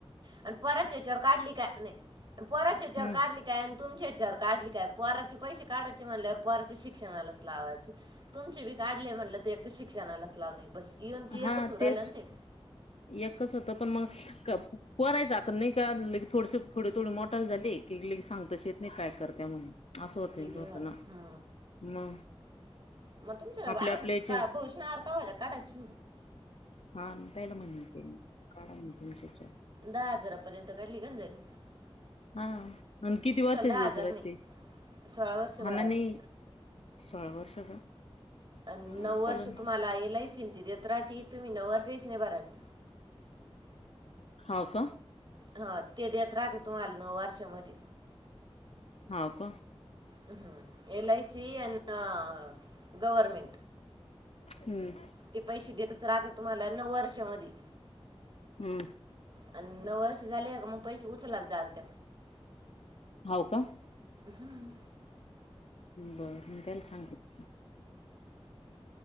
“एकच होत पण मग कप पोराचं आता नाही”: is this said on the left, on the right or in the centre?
Left